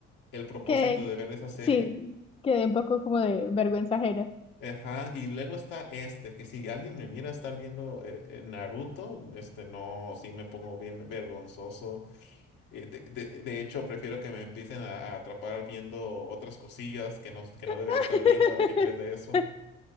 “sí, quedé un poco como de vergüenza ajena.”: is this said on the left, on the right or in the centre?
Left